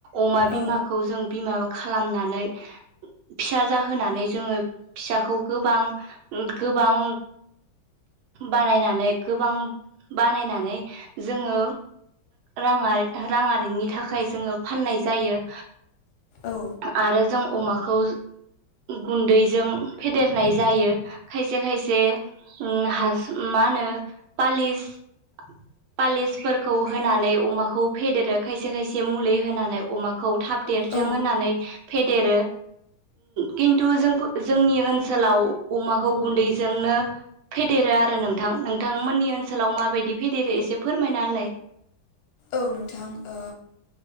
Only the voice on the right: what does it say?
अमा बिमाखौ
जों बिमा खालामनानै फिसा जाहोनानै जोङो फिसाखौ गोबां गोबां बानायनानै गोबां बानायनानै जोङो राङारि राङारिनि थाखाय जोङो फाननाय जायो।
आरो जों अमाखौ गुन्दैजों फेदेरनाय जायो। खायसे खायसे हास मा होनो पालिस पालिसफोरखौ होनानै अमाखौ फेदेरो खायसे खायसे मुलि होनानै अमाखौ थाब देरथों
होननानै फेदेरो। खिन्थु जोंफो जों जोंनि ओनसोलाव अमाखौ गुन्दैजोंनो फेदेरो आरो नोंथां। नोंथां मोननि ओन ओनसोलाव माबायदि फेदेरो एसे फोरमायना होलाय।